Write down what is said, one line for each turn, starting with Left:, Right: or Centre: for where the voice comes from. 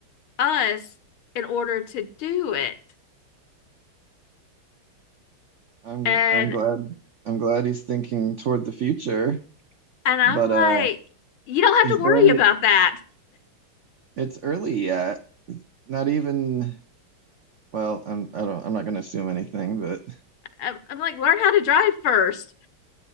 Left: us in order to do it.
Right: I'm
Left: And
Right: I'm glad I'm glad he's thinking toward the future,
Left: and I'm
Right: but
Left: like,
Right: uh
Left: you don't have
Right: he's
Left: to
Right: barely
Left: worry about that.
Right: it's early yet. Not even well, I'm I don't I'm not gonna assume anything, but
Left: I'm, I'm like, learn how to drive first.